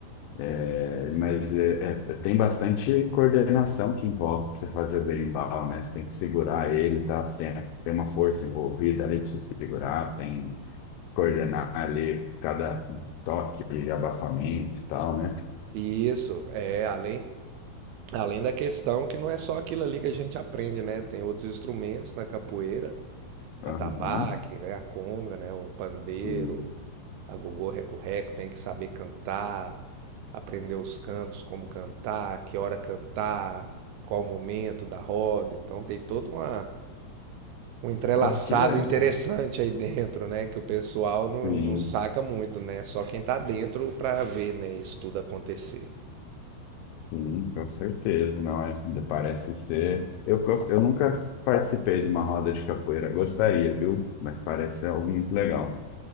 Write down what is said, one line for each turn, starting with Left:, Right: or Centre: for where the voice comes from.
Left: É, mas é- é- tem bastante coordenação que envolve para você fazer o berimbau, né? Você tem que segurar ele, tá? Tem, tem uma força envolvida ali para você segurar, tem que coordenar ali cada toque e abafamento e tal, né?
Right: E isso é além Além da questão que não é só aquilo ali que a gente aprende, né? Tem outros instrumentos na capoeira
Left: Aham,
Right: atabaque, né? A conga, né? O pandeiro,
Left: sim.
Right: a gogô, reco-reco, tem que saber cantar, aprender os cantos, como cantar, que hora cantar, qual momento da roda. Então tem todo uma, um entrelaçado
Left: Pô, que legal.
Right: interessante aí dentro, né? Que o pessoal não,
Left: Sim,
Right: não saca muito, né? Só quem tá dentro para ver, né? Isso tudo acontecer.
Left: sim, com certeza. Não, é- parece ser. Eu, eu nunca participei de uma roda de capoeira, gostaria, viu? Mas parece algo muito legal.